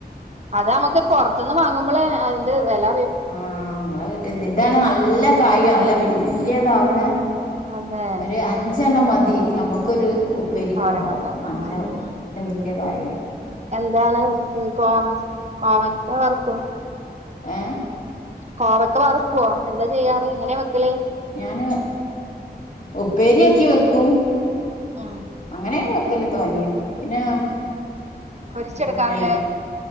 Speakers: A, on the right; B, on the left.
A: അത നമ്മുക്ക് പോറത്ത്ന്ന് വാങ്ങുമ്പോളെ അതിന്റെ വേല
B: ആ നമ്മളെ വീട്ടിദി ഇതാണ് നല്ല കായാണ് നല്ല വല്യതാവണ്
A: അതെ
B: ഒരു
A: ഉം
B: അഞ്ചെണ്ണം മതി യമുക്കൊര് ഉ ഉപ്പരിക്
A: തോരൻ
B: ണ്ടാവും
A: വെക്കാ
B: നല്ല
A: ആഹ്
B: നല്ല വല്യ കായിയ
A: എന്താണ് ഏ കോവ കോവക്ക വർക്കോ
B: ഏ
A: കോവക് ക്കാ വറുക്കോ എന്താ ചെയ്യാറ് എങ്ങനെ വെക്കല്
B: ഞാന് ഉപ്പേരിയാക്കി വെക്കും
A: ഉം
B: അങ്ങനെയും വെ ക്കല്ല് തനിം പിന്നെ
A: പൊരിച്ചെടുക്കാറില്ലേ?
B: പിന്നെ